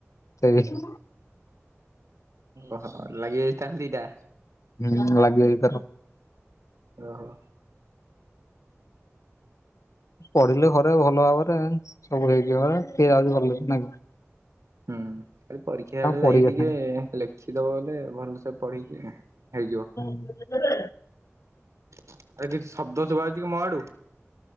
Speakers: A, on the left (about 85°); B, on the right (about 75°).
A: କେବେ କି
B: ଓହୋ ଲାଗି ଯାଇଚି ତାହେଲେ ଦିଇଟା।
A: ହୁଁ ଲାଗିଯାଇଚି ତାର।
B: ଓହୋ।
A: ପଢିଲେ ଘରେ ଭଲ ଭାବରେ ସବୁ ହେଇଯିବ ହେଁ। କିଏ ଯାଉଚି କଲେଜ ନାଇ କି?
B: ହୁଁ ଖାଲି ପରୀକ୍ଷା ବେଳେ
A: ପଢିବା
B: ଯାଇ ଟିକେ
A: ପାଇଁ।
B: ଲେଖିଦବ ବଲେ ଭଲସେ ପଢିକି ହେଇଯିବ।
A: <unintelligible>
B: ଆରେ କିଛି ଶବ୍ଦ ଶୁଭା ଯାଉଚି କି ମୋ ଆଡୁ?